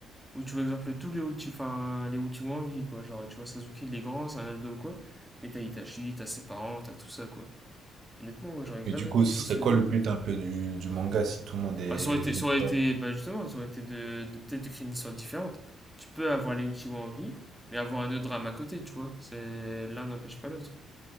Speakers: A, in the centre; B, on the right.
A: où tu vois, exemple, tous les outils, enfin, les outils ont envie, quoi. Genre, tu vois, Sasuke, il est grand, c'est un ado ou quoi. Mais t'as Itachi, t'as ses parents, t'as tout ça, quoi. Et honnêtement, moi, j'aurais grave
B: Mais du
A: aimé,
B: coup, ce
A: tu sais,
B: serait
A: ce.
B: quoi le but un peu du, du manga si tout le monde est
A: Bah, ça aurait été,
B: vient
A: ça aurait
B: quoi?
A: été, bah, justement, ça aurait été de, de- peut-être de créer une histoire différente. Tu peux avoir les outils en vie, mais avoir un autre drame à côté, tu vois. C'est, l'un n'empêche pas l'autre.